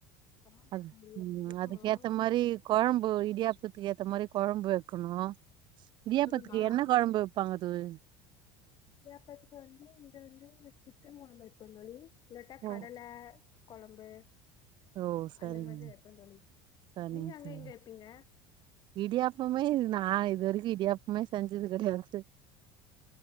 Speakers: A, on the left (about 40°); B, on the right (about 45°).
A: ஆமா
B: அத்
A: தோழி
B: ம்
A: அதுக்கு
B: அதுக்கேத்த
A: மாவு
B: மாரி
A: வந்து-
B: கொழம்பு இடியாப் பத்துக்கு ஏத்த மாரி கொழம்பு வெக்கணு
A: ஆமா
B: இடியாப்பத்துக்கு
A: தோழி மாவு
B: என்ன கொழம்பு வெப்பாங்க தோழி
A: இடியாபத்துக்கு வந்து இங்க வந்து இந்த சிக்கன் கொழம்பு வெப்பேந் தோழி இல்லட்டா கடல
B: ம்.
A: கொழம்பு
B: ஓ சரிங்க
A: அந்த மாரி வெப்பேந் தோழி
B: சரிங்க
A: நீங்க அங்க
B: தோழி
A: எங்க வெப்பீங்க
B: இடியாப்பமே நா இது வரிக்கு இடியாப்பமே செஞ்சது கெடயாது